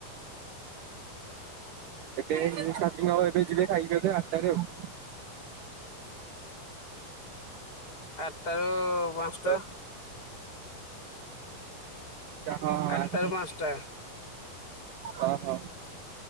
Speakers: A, on the right (about 70°); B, on the left (about 25°).
A: ଏବେ ଷ୍ଟାର୍ଟିଙ୍ଗ ହବ ଏବେ ଯିବେ ଖାଇବେ ଏବେ ଆଠଟାରେ ଆଉ।
B: ଆଠଟାରୁ ପାଞ୍ଚଟା।
A: ହ୍ୟାଲୋ ହଁ ହଁ।
B: ଆଠଟାରୁ
A: ଆଟା ରୁ
B: ପାଞ୍ଚଟା
A: ଓ ହୋ।